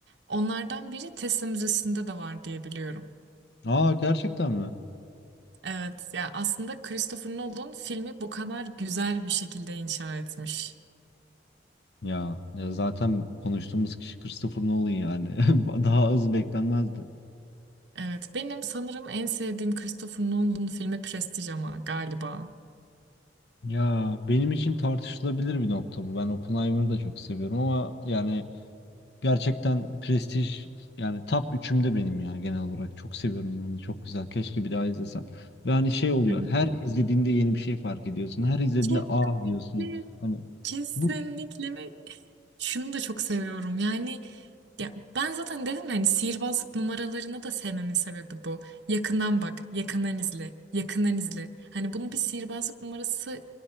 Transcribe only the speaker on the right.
Onlardan biri Tessa Müzesi'nde de var diye biliyorum.
Evet ya aslında Christopher Nolan filmi bu kadar güzel bir şekilde inşa etmiş.
Evet benim sanırım en sevdiğim Christopher Nolan filmi Prestige ama galiba.
Evet.
Kesinlikle.
Kesinlikle
ve şunu da çok seviyorum. Yani Ya ben zaten dedim yani sihirbazlık numaralarını da sevmemin sebebi bu. Yakından bak, yakından izle, yakından izle. Hani bunu bir sihirbazlık numarası